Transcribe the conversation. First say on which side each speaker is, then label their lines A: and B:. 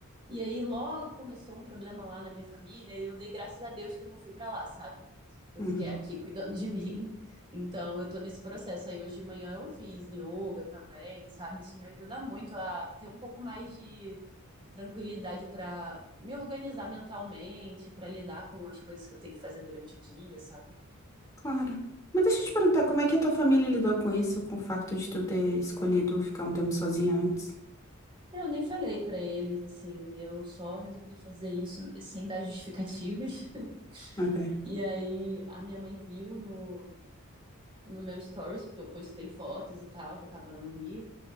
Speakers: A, on the right (about 25°); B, on the left (about 15°).
A: E aí logo começou um problema lá na minha família e eu dei graças a Deus que eu não fui pra lá, sabe? Eu
B: uhum.
A: fiquei aqui cuidando de <laughs> mim. Então eu tô nesse processo aí. Hoje de manhã eu fiz yoga também, sabe? Isso me ajuda muito a ter um pouco mais de tranquilidade pra me organizar mentalmente, pra lidar com as coisas que eu tenho que fazer durante o dia, sabe?
B: Claro. Mas deixa eu te perguntar, como é que a tua família lidou com isso, com o facto de tu ter escolhido ficar um tempo sozinha antes?
A: Eu nem falei pra eles assim, eu só resolvi fazer isso sem dar justificativas. <laughs>
B: Ok,
A: E aí a minha mãe viu no no meu stories, porque eu postei fotos e tal, que eu tava no Rio,